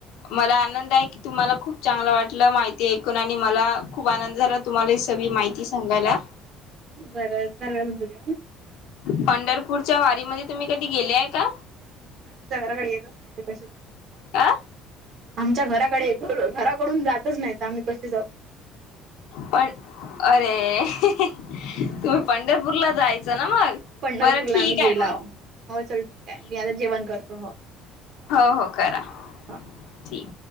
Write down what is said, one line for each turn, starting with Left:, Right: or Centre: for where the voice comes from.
Left: मला आनंद आहे की, तुम्हाला खूप चांगलं वाटलं, माहिती ऐकून. आणि मला खूप आनंद झाला, तुम्हाला ही सगळी माहिती स सांगायला.
Right: बरं, झालं तुमचं जेवून?
Left: पंढरपूरच्या वारीमध्ये, तुम्ही कधी गेले आहे का?
Right: आमच्या घराकडे येतंच नाही, तर ते कशे जावू?
Left: अ
Right: आमच्या घराकडे, घराकडून जातच नाहीत, आम्ही कसे जाऊ?
Left: पण, अरे. ! तुम्ही पंढरपूरला, जायचं ना मग?
Right: पंढरपूरला
Left: बरं ठीक
Right: आम्ही गेलाव.
Left: आहे मग
Right: हो चल ठीक आहे, मी आता जेवण करतो हो.
Left: हो.. हो, करा.
Right: हा
Left: ठीक